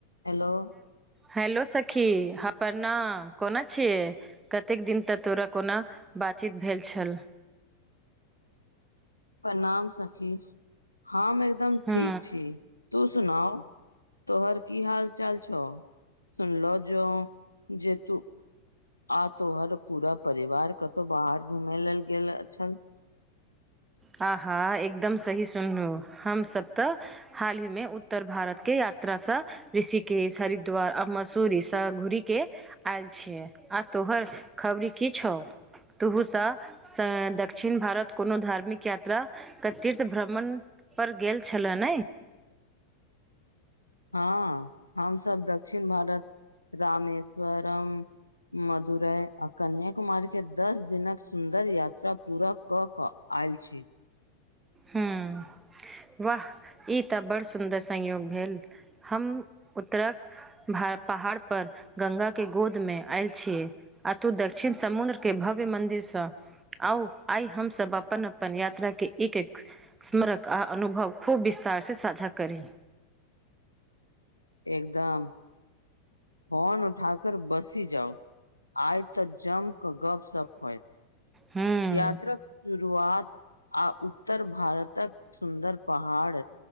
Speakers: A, on the left (about 80°); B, on the right (about 15°).
A: Hello.
B: Hello सखी हँ प्रणाम कोना छियै। कतेक दिन तक तोरा कोना बातचीत भेल छल।
A: प्रणाम सखी हम एकदम
B: हँ
A: ठीक छी तू सुनाऊ। तोहर की हाल-चाल छौ सुनलौ जौं जे तू आ तोहर पूरा परिवार कतौ बाहर घूमे लेल गेल छल।
B: आहाँ एकदम सही सुनलौं हमसब तऽ हालहिमे उत्तर भारतके यात्रासँ ऋषिकेश, हरिद्वार आ मसूरी सब घूरी के आयल छियै। आ तोहर खबरी की छौ तुहू स स दक्षिण भारत कोनो धार्मिक यात्रा क तीर्थ भ्रमण पर गेल छेलै नै।
A: हँ हमसब दक्षिण भारत रामेश्वर म मदुरई आ कन्या कुमारीके दस दिनक सुन्दर यात्रा पूरा कऽ कऽ आयल छी।
B: हूँ वाह ई तऽ बड़ सुन्दर संयोग भेल। हम उत्तरा भ पहाड़ पर गंगाके गोदमे आयल छियै। आ तू दक्षिण समुंद्र के भव्य मन्दिर सँ आउ आइ हमसब अपन-अपन यात्रा के एक-एक स्मरक आ अनुभव खूब विस्तार सँ साझा करी।
A: एकदम। फोन उठा कर बसी जाउ आइ तऽ जमकऽ गप सब होइत।
B: हम्म,
A: यात्रक शुरुआत आ उत्तर भारतक सुन्दर पहाड़